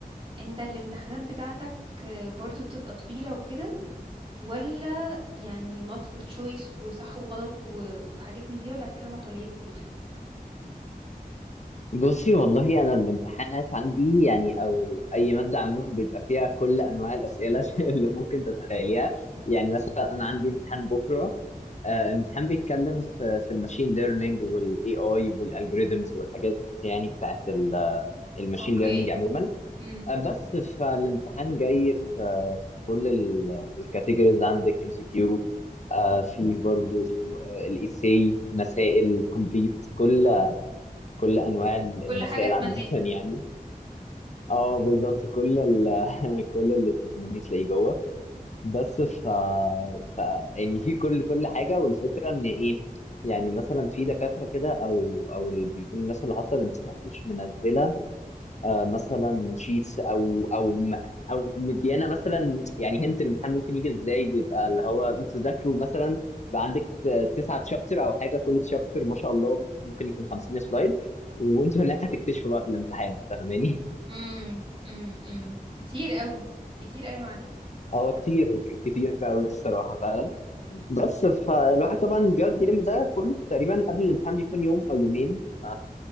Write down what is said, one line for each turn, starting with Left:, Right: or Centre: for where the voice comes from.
Right: انت الامتحانات بتاعتك آه، برضو بتبقى طويله وكده ولا يعني multiple choice وصح وغلط و- وحاجات من دي ولا اسئله مقاليه كتير
Left: بصي والله انا الامتحانات عندي يعني او اي ماده عموما بيبقى فيها كل انواع الاسئله <laughs> اللي ممكن تتخيليها يعني مثلا انا عندي امتحان بكره آه، امتحان بيتكلم في في الماشين ليرنينج والاي اي والالجوريزمز والحاجات يعني بتاعت الماشين
Right: اوكي
Left: ليرنينج عموما
Right: امم
Left: آه، بس فالامتحان جاي في في كل الكاتيجوريز عندك ام سي كيو في برضو الايساي مسائل كومبليت كل كل انواع المسائل
Right: كل حاجه اتمناها
Left: عامه <laughs> يعني اه بالظبط كل ال... <laughs> كل اللي تتمنيه تلاقيه جوه بس ف... ف يعني في كل كل حاجه والفكره ان ايه يعني مثلا في دكاتره كده او او اللي بيكون الناس اللي حاطه الامتحان مش منزله آه مثلا شيتس او او م- او مديانا مثلا يعني هنت الامتحان ممكن يجي ازاي بيبقى اللي هو انتوا ذاكروا مثلا بقى عندك ت- تسعة تشابتر او حاجه كل تشابتر ما شاء الله ممكن يكون 50 سلايد وانتوا هناك هتكتشفوا بقى في الامتحان فاهماني
Right: امم امم امم كتير قوي كتير قوي يا معلم
Left: <laughs> هو كتير كتير قوي الصراحه فعلا بس فالواحد طبعا بيقعد يلم ده كله تقريبا قبل الامتحان بيكون يوم او يومين ف